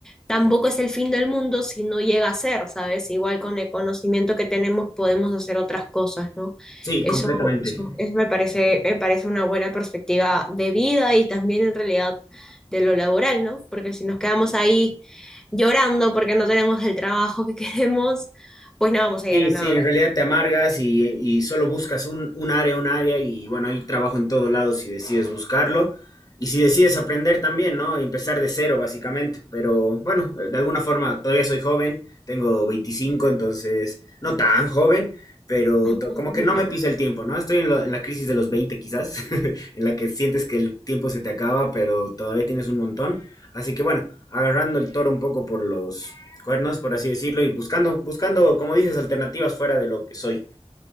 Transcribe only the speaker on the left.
sí,
completamente.
Sí,
sí,
en
realidad
te amargas y, y solo buscas un, un área, un área y bueno, hay trabajo en todos lados si decides buscarlo y si decides aprender también, ¿no? Y empezar de cero básicamente, pero bueno, de alguna forma todavía soy joven, tengo 25, entonces no tan joven, pero
to- como que no me pisa el tiempo, ¿no? Estoy en, lo- en la crisis de los 20 quizás, <laughs> en la que sientes que el tiempo se te acaba, pero todavía tienes un montón, así que bueno, agarrando el toro un poco por los cuernos, por así decirlo, y buscando, buscando, como dices, alternativas fuera de lo que soy.